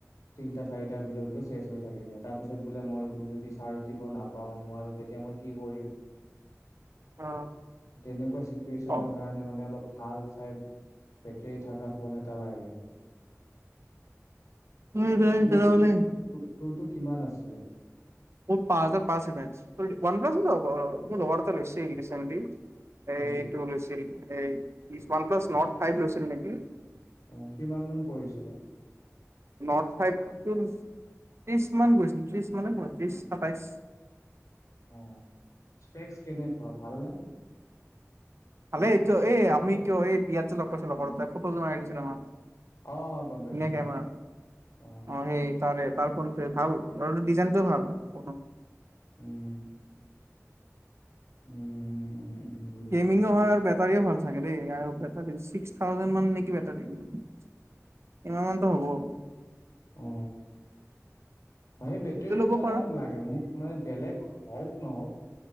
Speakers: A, on the left (about 80°); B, on the right (about 55°).
A: তিনটা, চাৰিটাৰ ভিতৰত বোলে চেচ হৈ থাকিলে। তাৰ পিছত বোলে মই য-যদি চাৰ্জ দিব নাপাওঁ, নোৱাৰোঁ, তেতিয়া মই কি কৰিম?
B: অ',
A: তেনেকুৱা চিটুৱেচনৰ
B: অ'।
A: মানে অলপ ভাল চাই, বেটৰী থকা ফোন এটা লাগে।
B: নাই নাই
A: তোৰটো
B: তেনেহ'লে
A: কি, তোৰটো কিমান আছিলে?
B: মোৰ পাঁচ হাজাৰ পাঁচ <unintelligible> তোৰ ওৱান প্লাছএ ল'ব পাৰ', মোৰ লগৰ এটাটো লৈছেই <unintelligible> চেভেণ্টি। এইটো
A: অ
B: লৈছিল এই, is OnePlus Nord five লৈছিল নেকি?
A: অ, কিমান মান পৰিছিলে?
B: নৰ্ড ফাইভটো, ত্ৰিশ মান গৈছিল। ত্ৰিশ মানে বত্ৰিশ, সাতাইছ।
A: অ', স্পেক্স কেনেকুৱা, ভালনে?
B: ভালেই কিয়, এই আমি কিয়, এই বিয়াত যে লগ পাইছিলোঁ, লগৰ দুটাই ফটো যে মাৰি দিছিলে আমাক!
A: অ', গ'ম পাইছোঁ,
B: ধুনীয়া
A: গ'ম
B: কেমেৰা
A: পাইছোঁ। অহ।
B: অ সেই <unintelligible> আৰু তেওঁৰ ডিজাইনটো ভাল ফোনৰ।
A: উম উম। উম উম বুজিছো
B: গেমিংও
A: বুজিছো
B: হয় আৰু বেটাৰীও ভাল। থাকে দেই আৰু বেটাৰী চিক্স থাউজেণ্ড মান নেকি, বেটাৰী। ইমান মানতো হ'ব!
A: উ। সেই বেটৰীটো
B: সেইটো ল'ব
A: মানে
B: পাৰা
A: মোক লাগে। মোক মানে বেলেগ হওঁক, নহওঁক।